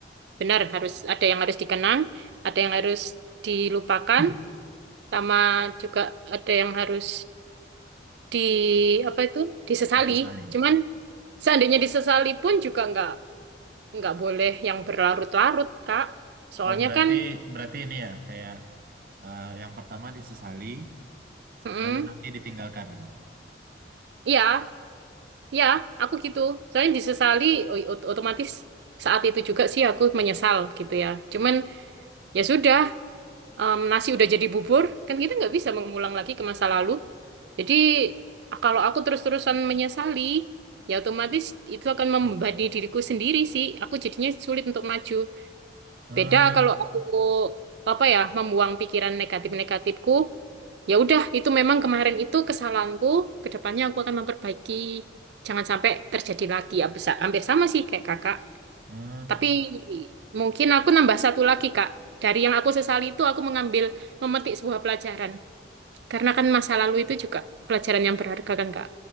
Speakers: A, on the right (about 65°); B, on the right (about 50°).
A: benar harus ada yang harus dikenang, ada yang harus dilupakan,
B: <clears throat> <laughs>
A: sama juga ada yang harus di apa itu disesali.
B: Disesali.
A: Cuman seandainya disesali pun juga nggak nggak boleh yang berlarut-larut, Kak. Soalnya
B: Oh, berarti
A: kan,
B: berarti ini ya kayak eh, yang pertama disesali,
A: mm,
B: lalu nanti ditinggalkan gitu.
A: ya, ya, aku gitu. Soalnya disesali, o- ot- otomatis saat itu juga sih aku menyesal gitu ya. Cuman ya sudah, em, nasi udah jadi bubur, kan kita nggak bisa mengulang lagi ke masa lalu. Jadi kalau aku terus-terusan menyesali, ya otomatis itu akan membebani
B: <clears throat>
A: diriku sendiri sih. Aku jadinya sulit untuk maju.
B: Eh,
A: Beda kalau aku apa ya, membuang pikiran negatif-negatifku Ya udah, itu memang kemarin itu kesalahanku. Kedepannya aku akan memperbaiki. Jangan sampai terjadi lagi. Ya, besa- hampir sama sih kayak kakak.
B: eh,
A: Tapi mungkin aku nambah satu lagi, Kak. Dari yang aku sesali itu, aku mengambil, memetik sebuah pelajaran. Karena kan masa lalu itu juga pelajaran yang berharga kan, Kak.